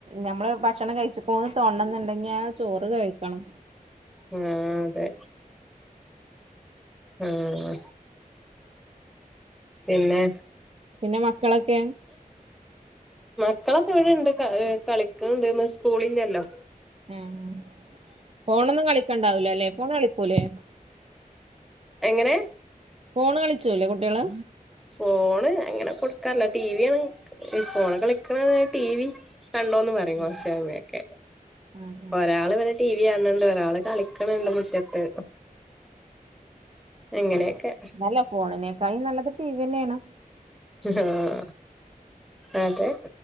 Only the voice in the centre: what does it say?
ആഹ് അതെ ആഹ് പിന്നെ?
മക്കളക്കെ ഇവടണ്ട് ക ഹ് കളിക്ക്ണ്ട് ഇന്ന് സ്കൂളില്ലല്ലോ.
എങ്ങനേ?
ഫോണ് അങ്ങനെ കൊടുക്കാറില്ല ടി വി ആണ് ഫോണ് കളിക്ക്ണ ടി വി കണ്ടോന്ന് പറിം
കൊർച്ച് കഴിയുമ്പഴൊക്കെ
ഒരാള് ഇവടെ ടി വി കാൺണ് ണ്ട് ഒരാള് കളിക്ക്ണ് ണ്ട് മുറ്റത്ത് അങ്ങനെയൊക്കെ
ആഹ് അതെ